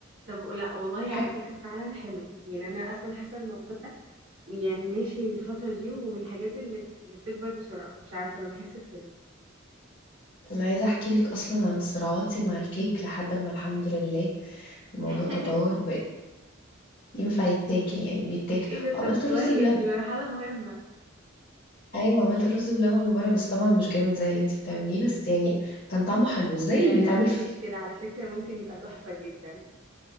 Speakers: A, on the right; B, on the left.
A: طب لا والله
B: حاجة-
A: على فكرة فعلا حلو يعني انا اصلا حاسة الموضوع يعني ماشي الفترة دي ومن الحاجات اللي اللي بتكبر بسرعة مش عارفة انا بحس بكده
B: انا عايزه احكي لك اصلا عن صراعاتي مع الكيك لحد ما الحمد لله الموضوع
A: <laughs>
B: تطور وبقى ينفع يتاكل يعني بيتاكل
A: ايه ده طب
B: وعملت
A: كويس
B: رز بلبن
A: دي مرحلة مهمة
B: ايوه عملت رز بلبن مره بس طبعا مش جامد زي اللي انت بتعمليه بس يعني كان طعمه حلو زي
A: لا
B: اللي بيتعمل
A: لا ما تقوليش
B: في
A: كده على فكرة ممكن يبقى تحفة جدا